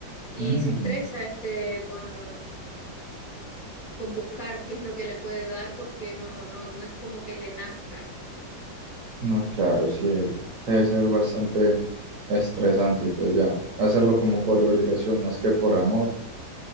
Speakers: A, on the left (about 60°); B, on the right (about 60°).
A: y
B: mm.
A: se estresa este con, con buscar qué es lo que le puede dar porque no, no, no es como que le nazca.
B: No, claro, sí, debe ser bastante estresante y pues ya, hacerlo como por obligación más que por amor.